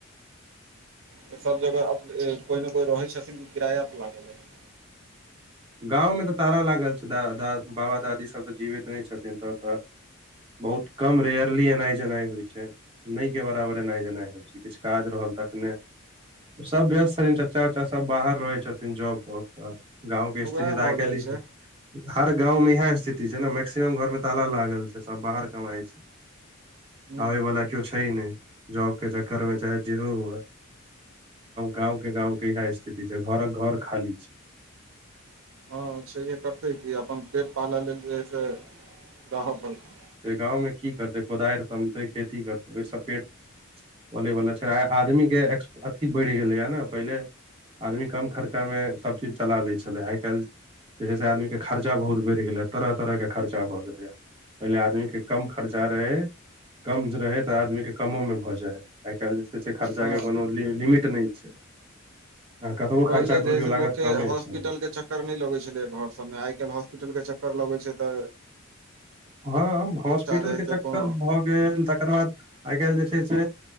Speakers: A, on the right; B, on the right.
A: त सब जगह कोइ ने कोइ रहै छथिन किराय पर लागल ह
B: गाँवमे तऽ ताला लागल छै द बाबा दादी सब तऽ जीवै करें छथिन तब तक बहुत कम
A: अच्छा
B: रेयरली एनाय जेनाइ होइ छै नहि के बराबरे ऐनाइ जेना होइ छै किछ काज रहल तखने सब व्यस्त छथिन चचा उचा सब बाहर रहै छथिन जॉब क क गाँव
A: उएह
B: श्री राय
A: भऽ
B: क लिहन
A: जाइ छै
B: हर गाँंव मे इएह स्थिति छै ने मैक्सिमम घरमे ताला लागल छै सब बाहर कमाइ छै
A: हूँ
B: आबे
A: हूँ
B: वाला केओ छै नहि जॉब के चक्कर में चाहे जेहो हुए गाँव के गाँव के इह स्थिति छै घरक घर खाली छै
A: ह छैहे करतै की अपन पेट पाल लेल जे से दाह परते
B: गाँव मे की करतै कोदार तमतै खेती करतै ओहिसँ पेट पले वाला छै आदमी के अथी बढ़ि गेलै य ने पहिले आदमी कम खर्चा में सब चीज चला ले छले आ काइल जे छै से आदमी के खर्चा बहुत बढ़ि गेल ह तरह तरह के खर्चा भए गेलै य पहिले आदमी के कम खर्चा रहै कम रहै त आदमीे कमो मे भ जाय आए काइल जे छै से खर्चा
A: हँ
B: के कोनो लि लिमिट नहि छै आ कतबो
A: पहिले
B: खर्चा
A: जे
B: करियों
A: है से लोकके
B: लागत कमे
A: हॉस्पिटल
B: छै
A: के चक्कर न नहि लगै छलै घर सभमे आए काइल हॉस्पिटल के चक्कर लगैत छै त
B: हँ हॉस्पिटल
A: जे है
B: के
A: से
B: चक्कर
A: कोनो
B: भ गेल तकरा आए काइल जे छै से